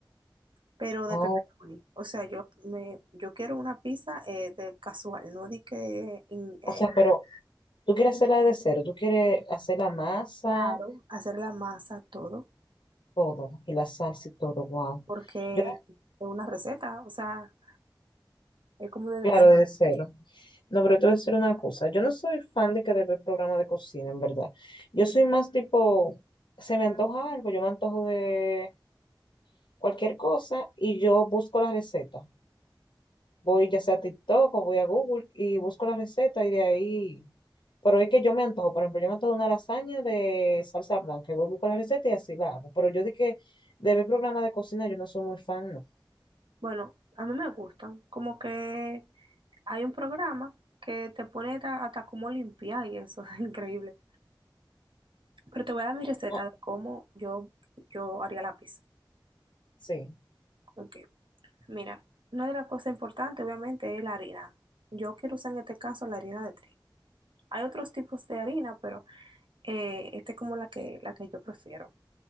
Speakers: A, on the right; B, on the left.
A: pero
B: Oh,
A: de pepperoni. O sea, yo me, yo quiero una pizza eh, de casual, no di que in- eh,
B: o sea, pero tú quieres hacerla de cero, tú quieres hacer la masa,
A: claro, hacer la masa todo,
B: todo, y la salsa y todo, wow.
A: porque
B: Yo,
A: es una receta, o sea, es como de
B: claro,
A: decir.
B: de cero. No, pero te voy a decir una cosa. Yo no soy fan de que de ver programa de cocina, en verdad. Yo soy más tipo, se me antoja algo, yo me antojo de cualquier cosa y yo busco la receta. voy ya sea a TikTok o voy a Google y busco la receta y de ahí, pero es que yo me antojo, por ejemplo, yo me antojo una lasaña de salsa blanca y voy a buscar la receta y así la hago, pero yo di que de ver programa de cocina yo no soy muy fan, no.
A: Bueno, a mí me gustan, como que hay un programa que te pone hasta, hasta cómo limpiar y eso <laughs> es increíble. Pero te voy a dar mi receta
B: Oh,
A: de cómo yo, yo haría la pizza.
B: sí.
A: Ok, mira, una de las cosas importantes obviamente es la harina. Yo quiero usar en este caso la harina de trigo. Hay otros tipos de harina, pero eh, esta es como la que, la que yo prefiero,